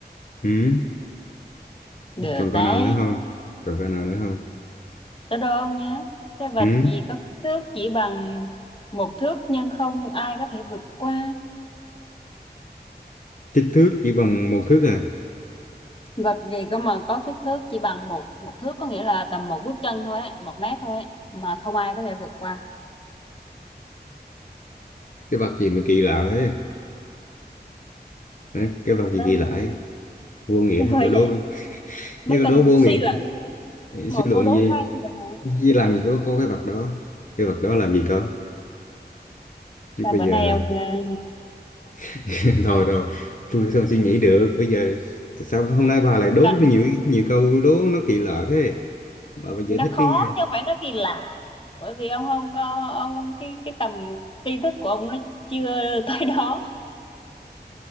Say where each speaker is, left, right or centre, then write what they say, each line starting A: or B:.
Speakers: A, on the left; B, on the left.
A: ừ.
B: Được
A: còn con
B: đấy.
A: nào nữa không còn con nào nữa không
B: Tới đố ông nhá. Cái vật
A: ừ.
B: gì có kích thước chỉ bằng một thước nhưng không ai có thể vượt qua?
A: kích thước chỉ bằng một thước à
B: vật gì cơ mà có kích thước chỉ bằng một một thước có nghĩa là tầm một bước chân thôi ấy, một mét thôi ấy, mà không ai có thể vượt qua
A: cái vạt gì mà kỳ lạ thế Hả? cái vạt gì
B: Vâng,
A: kỳ lạ ấy? vô nghĩa
B: thế
A: hả?
B: bởi
A: cậu đố
B: vậy mới
A: như cậu
B: cần
A: đố vô nghĩa
B: suy luận mà
A: suy luận
B: cô đố
A: gì
B: hay nhỉ.
A: chứ làm gì có có cái vạt đó cái vạt đó làm gì cơ chứ
B: Là
A: bây
B: bữa
A: giờ
B: nay ông ờ,
A: <laughs> thôi rồi tôi sao suy nghĩ được bây giờ tại sao hôm nay bà lại đố
B: cần
A: rất nhiều nhiều câu đố nó kỳ lạ thế bà phải giải
B: nó
A: thích
B: khó
A: đi
B: chứ không phải nó kỳ lạ. Bởi vì ông không có ông cái cái tầm tri thức của ông nó chưa <laughs> tới đó.